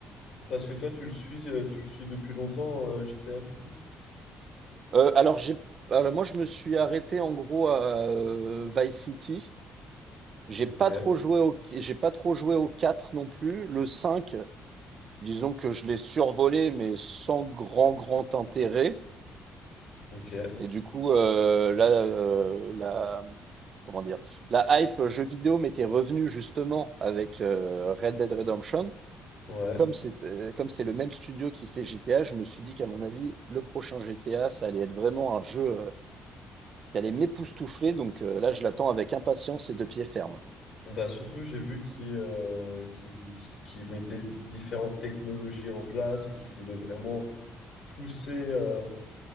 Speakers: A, on the left; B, on the right.
A: parce que toi, tu le suis, euh, tu le suis depuis longtemps, euh, GTA, du coup.
B: euh, alors j'ai, alors moi je me suis arrêté en gros à euh, Vice City. J'ai
A: Ok,
B: pas trop joué au, j'ai pas trop joué au 4 non plus. Le 5, disons que je l'ai survolé, mais sans grand grand intérêt.
A: ok,
B: Et du coup, euh, là, euh, la, comment dire, la hype jeu vidéo m'était revenue justement avec euh, Red Dead Redemption.
A: ouais.
B: Comme c'est heu, comme c'est le même studio qui fait GTA, je me suis dit qu'à mon avis, le prochain GTA, ça allait être vraiment un jeu, heu, qui allait m'époustoufler donc heu, là, je l'attends avec impatience et de pied ferme.
A: Bah surtout, j'ai vu qu'ils euh, qu'ils vou- qu'ils- qu'ils mettaient différentes technologies en place et qu'ils voulaient vraiment pousser, euh,